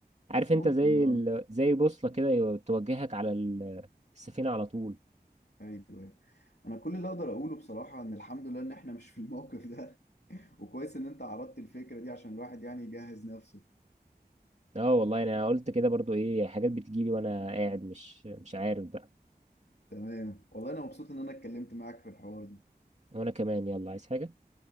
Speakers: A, on the right; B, on the left.
A: عارف انت
B: ممكن
A: زي
B: اه
A: ال... زي بوصلة كده ي- توجهك على ال- السفينة على طول
B: ايوه انا كل اللي اقدر اقوله بصراحه ان الحمد لله ان احنا مش في الموقف ده <laughs> وكويس ان انت عرضت الفكره دي عشان الواحد يعني يجهز نفسه
A: اه والله انا قلت كده برضو ايه حاجات بتجيلي وانا قاعد مش مش عارف بقى
B: تمام والله انا مبسوط ان انا اتكلمت معاك في الحوار ده
A: وانا كمان يلا عايز حاجة